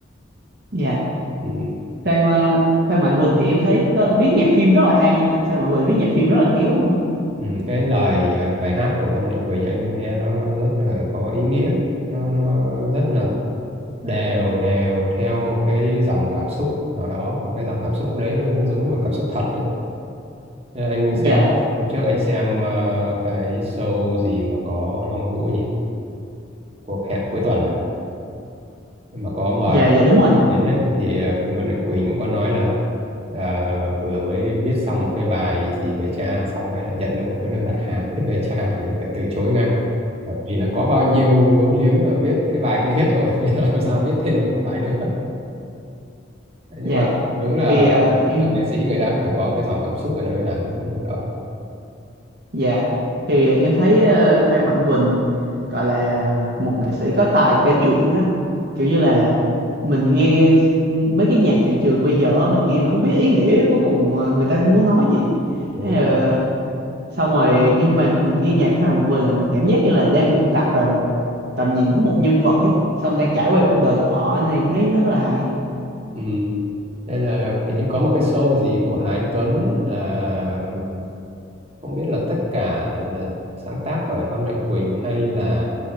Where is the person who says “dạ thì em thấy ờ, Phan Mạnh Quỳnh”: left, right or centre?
Right